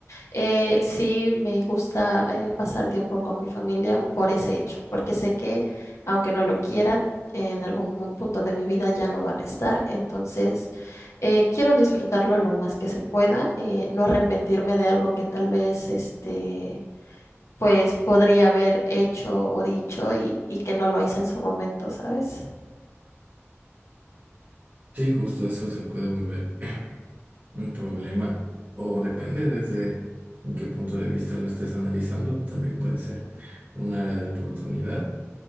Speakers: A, on the left; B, on the right.
A: eh, sí, me gusta eh, pasar tiempo con mi familia por ese hecho, porque sé que aunque no lo quiera, en algún mo- punto de mi vida ya no van a estar, entonces eh, quiero disfrutarlo lo más que se pueda, eh, no arrepentirme de algo que tal vez este, pues podría haber hecho o dicho y, y que no lo hice en su momento, ¿sabes?
B: Sí, justo eso se puede volver. <clears throat> un problema, o depende desde en qué punto de vista lo estés analizando, también puede ser un área de oportunidad,